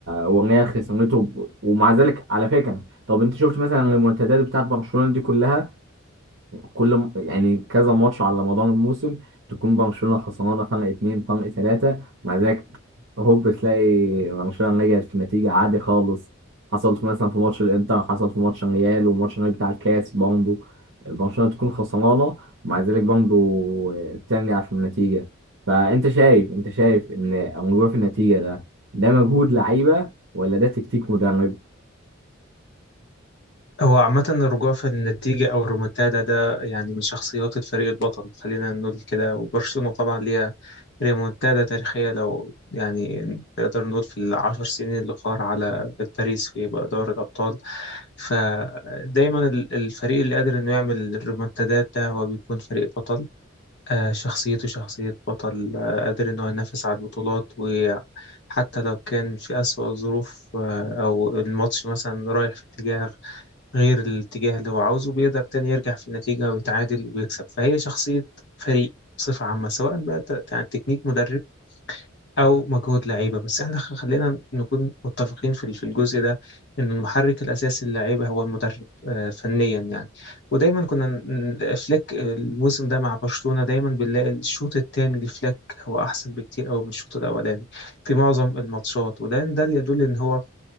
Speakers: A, on the right; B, on the left.
A: والريال خسرته ومع ذلك على فكره طب انت شفت مثلا المنتديات بتاعت برشلونه دي كلها كل م- يعني كذا ماتش على مدار الموسم تكون برشلونة خسرانة فرق اتنين فرق تلاتة ومع ذلك هوب تلاقي برشلونة رجعت في نتيجة عادي خالص حصل في- مثلا في ماتش الانتر حصل في ماتش الريال وماتش الريال بتاع الكاس برضه برشلونة تكون خسرانة ومع ذلك برضه ترجع في النتيجة فأنت شايف أنت شايف إن الرجوع في النتيجة ده ده مجهود لعيبة ولا ده تكتيك مدرب؟
B: هو عامة الرجوع في النتيجة أو الريمونتادا ده يعني من شخصيات الفريق البطل خلينا نقول كده وبرشلونة طبعا ليها ريمونتادا تاريخية لو يعني نقدر نقول في العشر سنين الأخرى على باريس في دوري الأبطال فدايما ال- الفريق اللي قادر إنه يعمل الريمونتادات ده هو بيكون فريق بطل آه، شخصيته شخصية بطل آه، قادر إنه ينافس على البطولات و حتى لو كان في أسوأ الظروف آه، أو الماتش مثلا رايح في اتجاه غير الاتجاه اللي هو عاوزه بيقدر تاني يرجع في النتيجة ويتعادل ويكسب فهي شخصية فريق بصفة عامة سواء بقى ت- ت- تكنيك مدرب أو مجهود لعيبة بس احنا خ- خلينا نكون متفقين في ال- في الجزء ده إن المحرك الأساسي للعيبة هو المدرب آه، فنيا يعني ودايما كنا ن- ن- فليك آه، الموسم ده مع برشلونة دايما بنلاقي الشوط الثاني لفليك هو أحسن بكتير أوي من الشوط الأولاني في معظم الماتشات وده ده اللي يدل إن هو